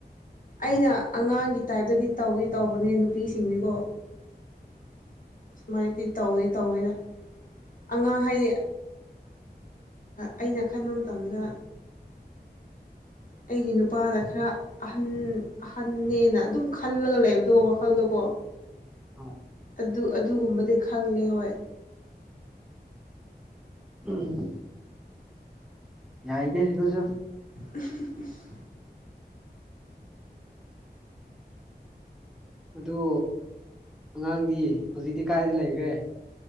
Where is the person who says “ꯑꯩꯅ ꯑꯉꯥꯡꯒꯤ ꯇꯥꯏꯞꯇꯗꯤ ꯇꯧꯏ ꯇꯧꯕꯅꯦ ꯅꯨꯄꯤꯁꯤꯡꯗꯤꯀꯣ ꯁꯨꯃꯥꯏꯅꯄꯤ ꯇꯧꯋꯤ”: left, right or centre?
Left